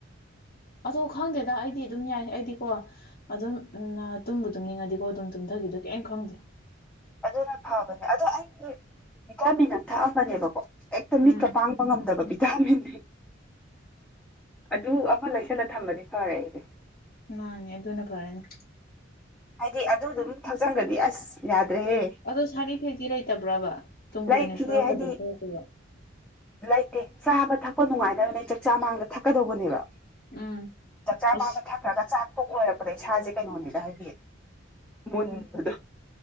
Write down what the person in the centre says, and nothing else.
ꯑꯗꯨꯅ ꯐꯕꯅꯦ ꯑꯗꯣ ꯑꯩꯒꯤ ꯕꯤꯇꯥꯃꯤꯟ ꯑꯝ ꯊꯛꯑꯝꯕꯅꯦꯕꯀꯣ ꯑꯦꯛꯇ
ꯃꯤꯠꯀ ꯄꯥꯡꯕ ꯉꯝꯗꯕ ꯕꯤꯠ ꯇꯥꯃꯤꯟ ꯑꯗꯨ ꯑꯃ ꯂꯩꯁꯜꯂ ꯊꯝꯕꯗꯤ ꯐꯔꯦ ꯑꯩꯖꯦ
ꯍꯥꯏꯗꯤ ꯑꯗꯨꯗꯨꯝ ꯊꯛꯆꯟꯒ꯭ꯔꯗꯤ ꯑꯁ ꯌꯥꯗ꯭ꯔꯦꯍꯦ
ꯂꯩꯇꯤꯌꯦ
ꯍꯥꯏꯗꯤ
ꯂꯩꯇꯦ ꯆꯥꯕ ꯊꯛꯄ ꯅꯨꯡꯉꯥꯏꯗꯕꯅꯦ ꯆꯥꯛꯆꯥ ꯃꯃꯥꯡꯗ ꯊꯛꯀꯗꯧꯕꯅꯦꯕ꯫
ꯆꯥꯛꯆꯥ
ꯃꯃꯥꯡꯗ ꯊꯛ ꯈ꯭ꯔꯒ ꯆꯥꯛ ꯇꯣꯛ ꯂꯣꯏꯔꯛꯄꯗ ꯏꯁꯥꯁꯦ ꯀꯩꯅꯣꯅꯤꯗ ꯍꯥꯏꯗꯤ ꯃꯨꯟꯕꯗꯣ꯫